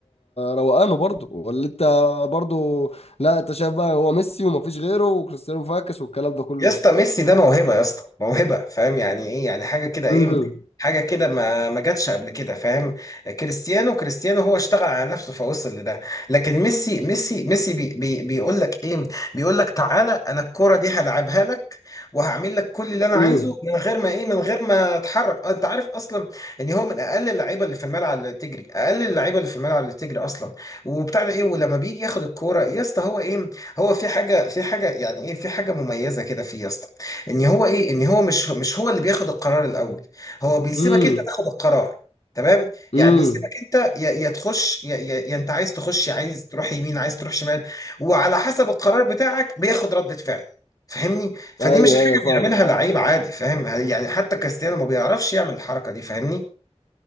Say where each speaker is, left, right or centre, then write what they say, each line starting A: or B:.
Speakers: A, on the left; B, on the left.
A: روقانه برضو ولا انت برضو لا انت شايف بقى هو ميسي وما فيش غيره وكريستيانو فاكس والكلام ده كله
B: يا اسطى ميسي ده موهبه يا اسطى موهبه فاهم يعني ايه يعني حاجه كده
A: امم
B: ايه حاجه كده ما ما جاتش قبل كده فاهم كريستيانو كريستيانو هو اشتغل على نفسه فوصل لده لكن ميسي ميسي ميسي بي بي بيقول لك ايه بيقول لك تعالى انا الكره دي هلعبها لك وهعمل لك كل اللي انا عايزه
A: امم
B: من غير ما ايه من غير ما اتحرك آه، انت عارف اصلا ان هو من اقل اللعيبه اللي في الملعب اللي تجري اقل اللعيبه اللي في الملعب اللي تجري اصلا وبتاع ده ايه ولما بيجي ياخد الكوره يا اسطى هو ايه هو في حاجة في حاجة يعني ايه في حاجة مميزة كده فيه يا اسطى ان هو ايه ان هو مش مش هو اللي بياخد القرار الاول هو بيسيبك
A: امم
B: انت تاخد القرار تمام
A: امم
B: يعني بيسيبك انت يا يا تخش يا, يا, يا انت عايز تخش عايز تروح يمين عايز تروح شمال وعلى حسب القرار بتاعك بياخد ردة فعل فاهمني فدي
A: ايوه
B: مش حاجة
A: ايوه فاهم
B: بيعملها لعيب عادي فاهم يعني حتى كريستيانو ما بيعرفش يعمل الحركة دي فاهمني